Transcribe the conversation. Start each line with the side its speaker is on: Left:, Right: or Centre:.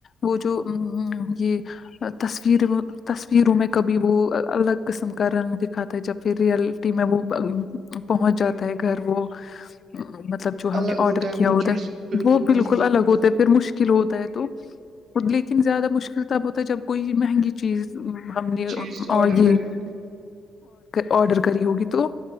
Left: وہ جو یہ تصویر وہ تصویروں میں کبھی وہ الگ قسم کا رنگ دکھاتا ہے جب پھر ریئلٹی میں وہ پہنچ جاتا ہے گھر وہ مطلب ہم
Right: الگ
Left: نے آرڈر
Right: ہے
Left: کیا
Right: وہ
Left: ہوتا
Right: چیز
Left: وہ بالکل
Right: نہیں ہوتی
Left: الگ ہوتے
Right: ہے
Left: پھر مشل کلو ہوتا ہے تو لیکن زیادہ مشکل تب ہوتا ہے جب کوئی مہنگی پلیز ہم نے
Right: چیز
Left: اور
Right: آڈر
Left: یہ
Right: کری ہوگی
Left: ارڈر کری ہوگی تو